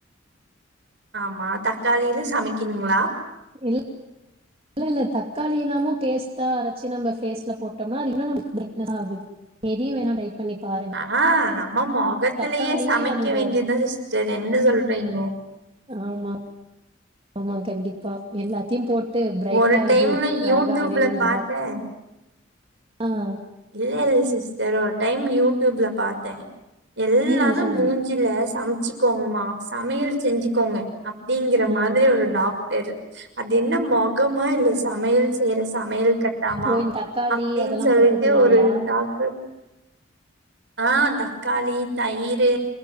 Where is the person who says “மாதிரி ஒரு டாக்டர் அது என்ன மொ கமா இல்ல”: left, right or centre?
Right